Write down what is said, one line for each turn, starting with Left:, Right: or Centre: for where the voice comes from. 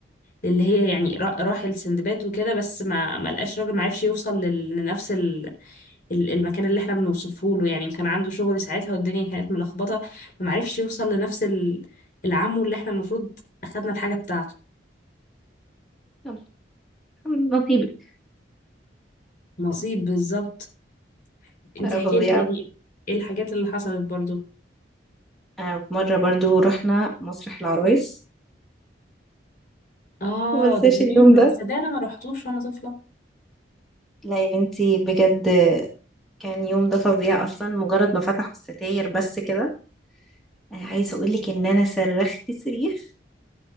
Left: للي هي يعني را- راح لسندباد وكده بس ما ما لقاش راجل ما عرفش يوصل لل... لنفس ال... ال- المكان اللي احنا بنوصفه له يعني وكان عنده شغل ساعتها والدنيا كانت ملخبطة فما عرفش يوصل لنفس ال... العمو اللي احنا المفروض اخدنا الحاجة بتاعته
Centre: يلا، الحمد لله نصيبك
Left: نصيب بالظبط انتي
Centre: لا
Left: احكي
Centre: فظيعة
Left: لي تاني ايه الحاجات اللي حصلت برضو
Centre: آه، مرة برضو رحنا مسرح العرايس
Left: اه
Centre: ومنساش
Left: ده جميل
Centre: اليوم
Left: بس
Centre: ده
Left: صدقني انا ما رحتوش وانا طفلة
Centre: لا يا بنتي بجد كان يوم ده فظيع اصلا مجرد ما فتحوا الستاير بس كده انا عايزه اقول لك ان انا صرخت صريخ